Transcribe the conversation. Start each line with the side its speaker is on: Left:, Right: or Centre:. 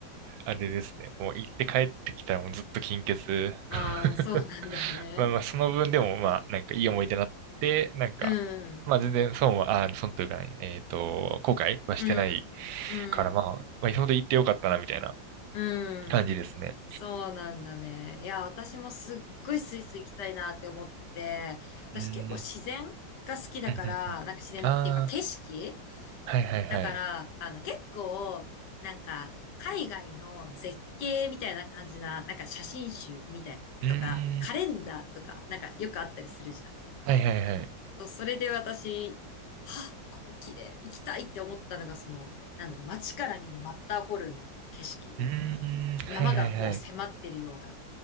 Right: あれですね。もう行って帰ってきたらもうずっと金欠。
Left: ああー、
Right: <laughs>
Left: そうなんだね。
Right: まあまあ、その分でもまあ、なんかいい思い出になって、なんか、
Left: うん。
Right: まあ全然損は、あ、損というかね、えっと、後悔はしてない
Left: うん。うん。
Right: からまあ、まあ、今ほど行ってよかったなみたいな
Left: うん。
Right: 感じですね。
Left: そうなんだね。いや、私もすっごいスイス行きたいなって思ってて、私結構自然が好きだから、
Right: うん。うんうんうん。
Left: なんか自然っていうか景色
Right: ああ、はいはいはい。
Left: だから、あの結構、なんか海外の絶景みたいな感じな、なんか写真集みたいなとか、
Right: うーん。
Left: カレンダーとか、なんかよくあったりするじゃん。
Right: はいはいはい。
Left: そう、それで私、はあ、ここ綺麗、行きたいって思ったのが、その、なんだろう、街から見るマッターホルンの景色。
Right: うーん。はいはいはい。
Left: 山がこう迫ってるような、